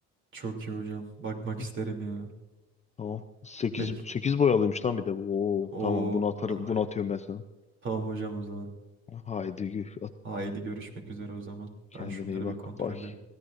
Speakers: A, on the right (about 40°); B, on the left (about 25°).
A: Çok iyi hocam. Bakmak isterim
B: Hı,
A: ya.
B: Tamam. sekiz
A: Peki.
B: sekiz boyalıymış lan bir de. bu. Oo
A: O
B: tamam bunu atarım.
A: daha
B: Bunu
A: iyi.
B: atıyorum ben sana.
A: Tamam hocam o zaman.
B: Haydi gü- at
A: Haydi görüşmek üzere o zaman.
B: kendine
A: Ben şunları
B: iyi bak.
A: bir kontrol
B: Bay.
A: ederim.